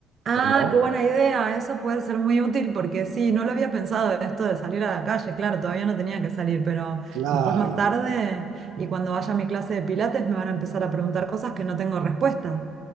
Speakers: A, on the right (about 35°); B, on the right (about 80°).
A: Ah,
B: ¿o no?
A: qué buena idea. Eso puede ser muy útil porque sí, no lo había pensado esto de salir a la calle. Claro, todavía no tenía que salir, pero
B: Claro,
A: después más tarde y cuando vaya a mi clase de pilates me van a empezar a preguntar cosas que no tengo respuesta.